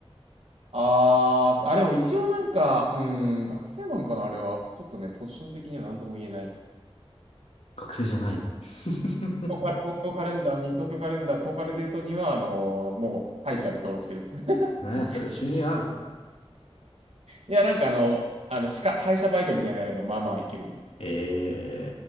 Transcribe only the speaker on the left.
学生じゃない <laughs>
なんや、
それ、収入あるの
ええ